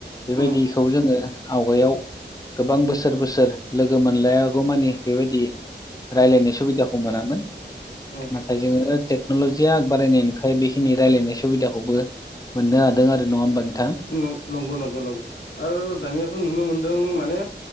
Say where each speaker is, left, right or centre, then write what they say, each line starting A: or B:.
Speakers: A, on the left; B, on the left.
A: बेबायदिखौ
B: उम
A: जोङो आवगायाव गोबां बोसोर बोसोर लोगो मोनलायागौ मानि बेबायदि रायज्लायनाय सुबिदाखौ मोनामोन
B: उम
A: नाथाय जोङो टेक्न'लजियाग बारायनायनि ओंखाय बेखिनि रायजलायनाय सुबिदाखौबो मोननो हादों आरो नङा होमबानो
B: नंगौ नंगौ नंगौ ओ दानियाथ' नुनो मोनदों माने